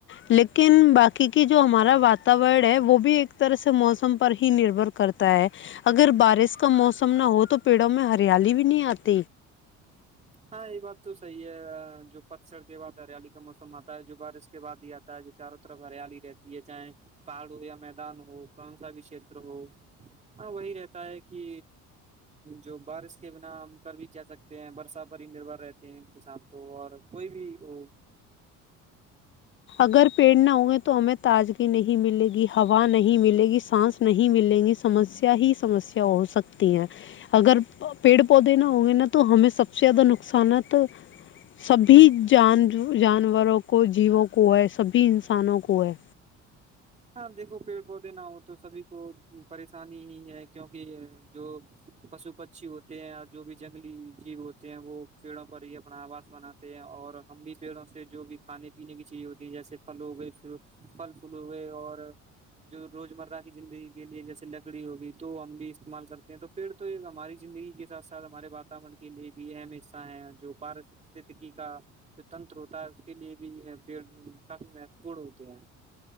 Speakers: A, on the left; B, on the right.
A: لیکن باقی کی جو ہمارا واتاور ہے وہ بھی ایک طرح سے موسم پر ہی نربر کرتا ہے اگر بارش کا موسم نہ ہو تو پیڑوں میں ہریالی بھی نہیں آتی ت
B: ہاں یہ بات تو صحیح ہے جو پتسڑ کے بعد ہریالی کا موسم آتا ہے جو بارش کے بعد ہی آتا ہے جو چاروں طرف ہریالی رہتی ہے چاہے پہاڑ ہو یا میدان ہو کون سا بھی چھیتر ہو ہاں وہی رہتا ہے کہ جو بارش کے بنا ہم کر بھی کہ سکتے ہیں برسا پر ہی نربھر رہتے ہیں کسان تو اور کوئی بھی وہ
A: اگر پیڑ نہ ہوں گے تو ہمیں تازگی نہیں ملے گی ہوا نہیں ملے گی سانس نہیں ملے گی سمسیا ہی سمسیا ہو سکتی ہیں اگر پیڑ پودے نہ ہوں گے نا تو ہمیں سب سے زیادہ نقصانات سبھی جان جانوروں کو جیوں کو ہے سبھی انسانوں کو ہے
B: ہاں دیکھو پیڑ پودے نہ ہو تو سبھی کو پریشانی ہی ہے کیوںکہ جو پشو پکچھیی ہوتے ہیں جو بھی جنگلی جیو ہوتے ہیں وہ پیڑوں پر ہی اپنا آواس بناتے ہیں اور ہم بھی پیڑوں سے جو بھی کھانے پینے کی چیز ہوتی ہیں جیسے پل ہو گئی پھل فل اور جو روز مرہ کی زندگی کے لیے جیسے لکڑی ہوگی تو ہم بھی استعمال کرتے ہیں تو پیھر تو یہ ہماری زندگی کے ساتھ ساتھ ہمارے واتاورن کے لیے بھی اہم حصہ ہیں جو پارستکی کا جو تنتر ہوتا ہے اس کے لیے بھی پ کافی مہتوپورن ہوتے ہیں